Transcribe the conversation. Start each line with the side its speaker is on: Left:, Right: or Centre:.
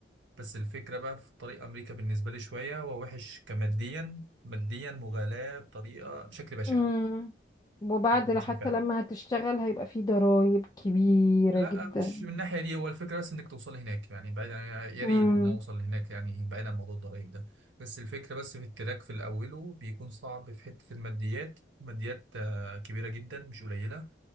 Right: بس الفكرة بقى في طريق أمريكا بالنسبة لي شوية هو وحش كماديا ماديا مغالاة بطريقة بشكل بشع
Left: مم. وبعد
Right: بشكل بشع
Left: حتى
Right: فعلا
Left: لما هتشتغل هيبقى في ضرائب كبيرة
Right: لا
Left: جدا
Right: مش من الناحية دي هو الفكرة بس إنك توصل هناك يعني بعيدا يا
Left: مم.
Right: ريت إن أوصل هناك يعني بعيدا عن موضوع الضرايب ده بس الفكرة بس في التراك في الأول وبيكون صعب في حتة الماديات ماديات آه، كبيرة جدا مش قليلة